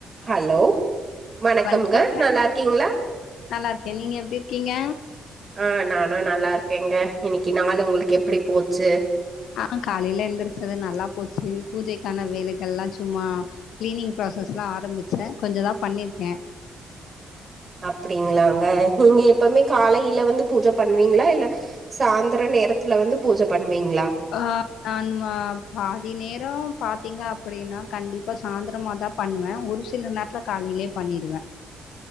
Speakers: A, on the right; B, on the left.
A: Hello வணக்கம்ங்க
B: வணக்கங்க
A: நல்லா இருக்கீங்களா
B: நல்லா இருக்கே நீங்க எப்டி இருக்கீங்க
A: ஆ நானு நல்லா இருக்கேங்க இன்னைக்கு நாளு உங்களுக்கு எப்டி போச்சு
B: ஆ காலையில எந்திரச்சது நல்லா போச்சு பூஜைக்கான வேலைகல்லா சும்மா கிளீனிங் ப்ராசஸ் லா ஆரம்பிச்ச கொஞ்சோதா பண்ணிருக்க
A: அப்டிங்களாங்க நீங்க எப்பவுமே காலையில வந்து பூஜை பண்ணுவீங்களா இல்ல சாய்ந்தர நேரத்துல வந்து பூஜை பண்ணுவீங்களா
B: ஆ நா வ பாதி நேரோ பாத்தீங்க அப்டின்னா கண்டிப் இப்ப சாயந்திரமாதா பண்ணுவ ஒரு சில நேரத்துல காலையிலயே பண்ணிடுவ